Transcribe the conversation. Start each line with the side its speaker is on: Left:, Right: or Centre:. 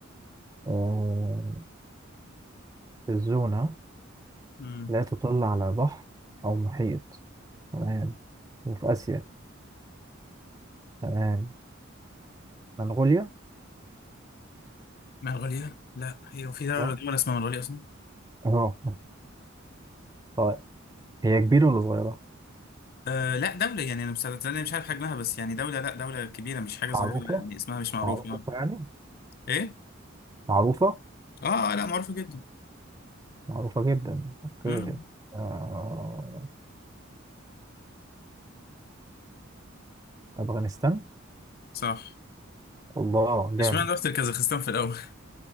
Right: آه الزونة
Left: مم.
Right: لا تطل على بحر أو محيط تمام وفي آسيا تمام منغوليا
Left: منغوليا لا هي في دولة
Right: اه
Left: دولة اسمها منغوليا اصلا
Right: اه طيب هي كبيرة ولا صغيرة؟
Left: آه لا دولة يعني انا مش انا مش عارف حجمها بس يعني دولة لا دولة كبيرة مش حاجة صغيرة
Right: معروفة
Left: يعني اسمها مش معروف
Right: معروفة
Left: يعني
Right: يعني
Left: ايه
Right: معروفة
Left: اه آه، لا معروفة جدا
Right: معروفة جدا أوكي
Left: امم
Right: آه أفغانستان
Left: صح
Right: الله جامد
Left: اشمعنى رحت الكازاخستان في الاول